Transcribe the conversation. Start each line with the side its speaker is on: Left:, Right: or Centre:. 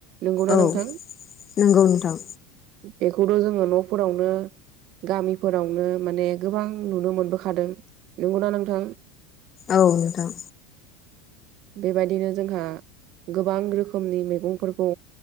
Right: नंगौना
Left: औ
Right: नोंथां
Left: नंगौ नोंथां
Right: बेखौथ' जोङो न'फोरावनो गामिफोरावनो माने गोबां नुनो मोनबोखादों नंगौना नोंथां
Left: औ नोंथां
Right: बेबायदिनो जोंहा गोबां रोखोमनि मैगंफोरखौ